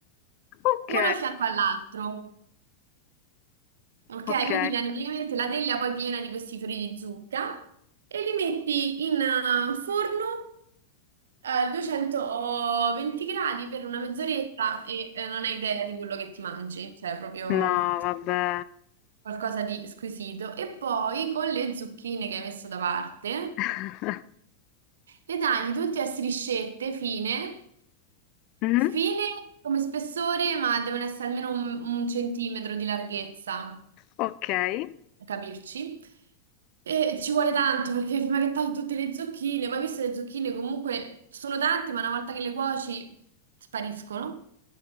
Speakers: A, on the left; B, on the right.
A: Ok,
B: uno a fianco all'altro. Ok,
A: ok.
B: quindi viene praticamente la teglia poi piena di questi fiori di zucca e li metti in eh, forno a 220 gradi per una mezz'oretta e eh, non hai idea di quello che ti mangi, cioè proprio
A: No, vabbè.
B: qualcosa di squisito. E poi con le zucchine che hai messo da parte
A: <laughs>
B: le tagli tutte a striscette fine,
A: Mhm.
B: fine come spessore, ma devono essere almeno un un centimetro di larghezza.
A: Ok, è
B: capirci. E ci vuole tanto perché prima che tagli tutte le zucchine, poi viste le zucchine comunque sono tante, ma una volta che le cuoci spariscono.